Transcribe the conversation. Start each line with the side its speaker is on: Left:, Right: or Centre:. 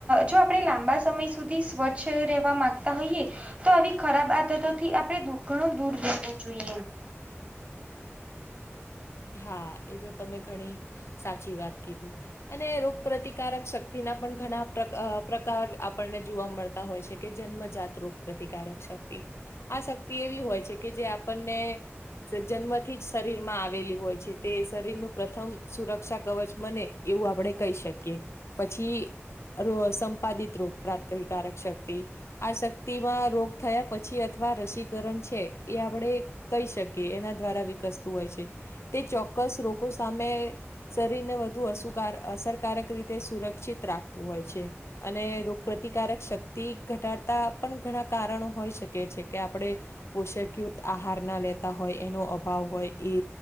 Right: જો આપણે લાંબા સમય સુધી સ્વચ્છ રહેવા માંગતા હોઈએ તો આવી ખરાબ આદતોથી આપણે દૂર ઘણું દૂર રહેવું જોઈએ
Left: હા એ તો તમે ઘણી સાચી વાત કીધી અને રોગ પ્રતિકારક શક્તિ ના પણ ઘણા પ્ર પ્રકાર આપણને જોવા મળતા હોય છે. કે જન્મ જાત રોગ પ્રતિકારક શક્તિ આ શક્તિ એવી હોય છે કે જે આપણને જન્મથી જ શરીરમાં આવેલી હોય છે તે શરીરનું પ્રથમ સુરક્ષા કવચ બને એવું આપણે કહી શકીએ પછી સંપાદિત રોગ પ્રાતિકારક શક્તિ આ શક્તિમાં રોગ થયા પછી અથવા રસીકરણ છે. એ આપણે કહી શકીએ એના દ્વારા વિકસતું હોય છે. તે ચોક્કસ રોગો સામે શરીરને વધુ અશુ કાર અસરકારક રીતે સુરક્ષિત રાખતું હોય છે. અને રોગ પ્રતિકારક શક્તિ ઘટાડતા પણ ઘણા કારણો હોઈ શકે છે. કે આપણે પોષણ યુક્ત આહાર ના લેતા હોય એનો અભાવ હોય એ